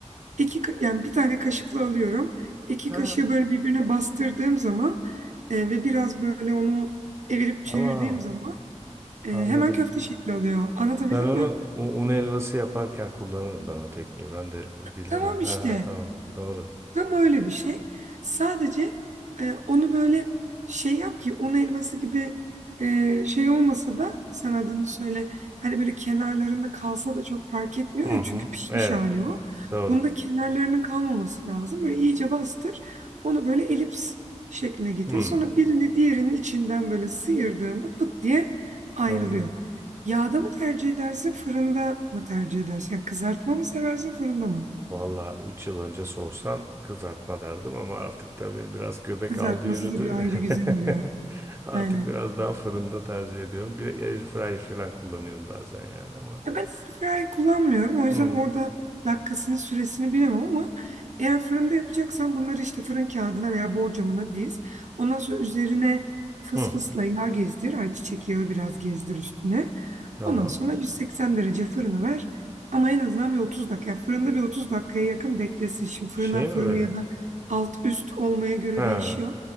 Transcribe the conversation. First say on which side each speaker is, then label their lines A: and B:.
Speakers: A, on the right; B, on the right.
A: İki, ka- yani bir tane kaşıkla alıyorum. İki
B: Ha,
A: kaşığı böyle birbirine bastırdığım zaman e, ve biraz böyle onu evirip
B: tamam
A: çevirdiğim zaman e,
B: anladım.
A: hemen köfte şekli alıyor. Anlatabildim
B: Ben onu
A: mi?
B: u- un helvası yaparken kullanırım ben o tekniği. Ben de bilirim.
A: Tamam işte.
B: Ha, ha, tamam doğru.
A: Tam öyle bir şey. Sadece e, onu böyle şey yap ki un helvası gibi e, şey olmasa da sen adını söyle. Hani böyle kenarlarında kalsa da çok fark etmiyor
B: Hı
A: ya
B: hı.
A: çünkü pişmiş
B: Evet
A: hali o.
B: doğru.
A: Bunda kenarlarının kalmaması lazım. Böyle iyice bastır. Onu böyle elips şekline getir.
B: Hı.
A: Sonra birini diğerinin içinden böyle sıyırdığında pıt diye ayrılıyor.
B: Anladım.
A: Yağda mı tercih edersin, fırında mı tercih edersin? Yani kızartma mı seversin, fırında mı?
B: Valla 3 yıl önce sorsan kızartma derdim ama artık tabii biraz göbek
A: Kızartması
B: aldı yürüdü.
A: da bir ayrı güzel oluyor.
B: <laughs> Artık
A: Aynen.
B: biraz daha fırında tercih ediyorum. Bir airfryer falan kullanıyorum bazen yani ama.
A: Ya ben airfryer kullanmıyorum. O yüzden
B: Hı.
A: orada dakikasını, süresini bilemem ama eğer fırında yapacaksan bunları işte fırın kağıdına veya borcamına diz. Ondan sonra üzerine fıs
B: Hı.
A: fısla yağ gezdir. Ayçiçek yağı biraz gezdir üstüne.
B: Tamam.
A: Ondan sonra 180 derece fırına ver. Ama en azından bir 30 dakika. Yani fırında bir 30 dakikaya yakın beklesin. Şimdi fırından
B: Şey
A: fırına
B: mi böyle?
A: ya da alt üst olmaya göre
B: Ha.
A: değişiyor.